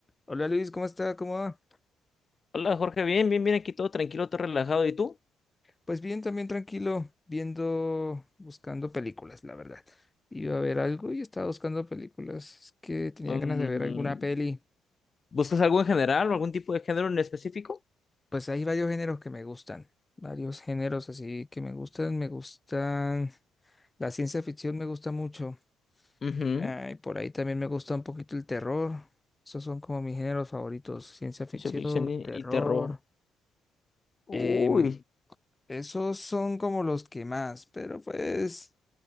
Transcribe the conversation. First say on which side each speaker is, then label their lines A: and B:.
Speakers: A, on the left; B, on the left.
A: Hola Luis, ¿cómo está? ¿Cómo va?
B: Hola Jorge, bien, bien, bien, aquí todo tranquilo, todo relajado. ¿Y tú?
A: Pues bien, también tranquilo, viendo, buscando películas, la verdad. Iba a ver algo y estaba buscando películas. Es que tenía
B: Mm,
A: ganas de ver alguna peli.
B: ¿buscas algo en general o algún tipo de género en específico?
A: Pues hay varios géneros que me gustan, varios géneros así que me gustan. Me gustan, la ciencia ficción me gusta mucho.
B: Ujú,
A: Ah, y por ahí también me gusta un poquito el terror. Esos son como mis géneros favoritos, ciencia ficción,
B: Ciencia ficción y,
A: terror.
B: y terror. Uy.
A: Em, esos son como los que más, pero pues...